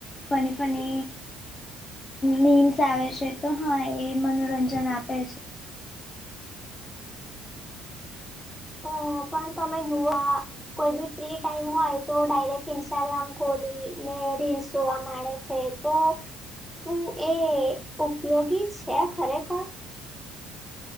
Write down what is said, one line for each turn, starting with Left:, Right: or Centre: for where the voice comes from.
Left: funny funny memes આવે છે તો હા એ મનોરંજન આપે છે
Centre: હ પણ તમે જોુવા કોઈ બી ફ્રી ટાઈમ હોય તો ડાયરેક્ટ ઇન્સ્ટાગ્રામ ખોલીને રીલ્સ જોવા મળે છે તો શું એ ઉપયોગી છે ખરેખર